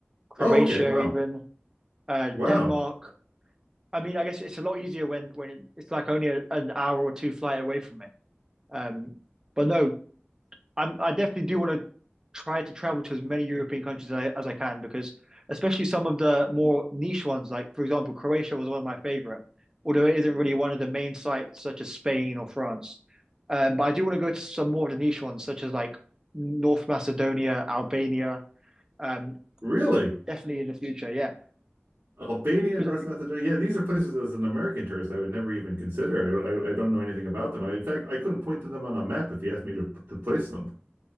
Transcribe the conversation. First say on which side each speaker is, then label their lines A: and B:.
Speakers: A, on the right (about 15°); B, on the right (about 65°).
A: Croatia
B: Oh, okay. Wow.
A: even, uh,
B: Wow.
A: Denmark. I mean, I guess it's a lot easier when, when it, it's like only a, an hour or two flight away from me. Um, but no, I'm, I definitely do want to try to travel to as many European countries as I, as I can because especially some of the more niche ones, like for example, Croatia was one of my favorite, although it isn't really one of the main sites such as Spain or France. Um, but I do want to go to some more of the niche ones, such as like North Macedonia, Albania, um,
B: Really?
A: definitely in the future. Yeah,
B: Albania,
A: because
B: North Macedonia. Yeah, these are places as an American tourist I would never even consider. I, I, I don't know anything about them. I, in fact, I couldn't point to them on a map if you asked me to, to place them.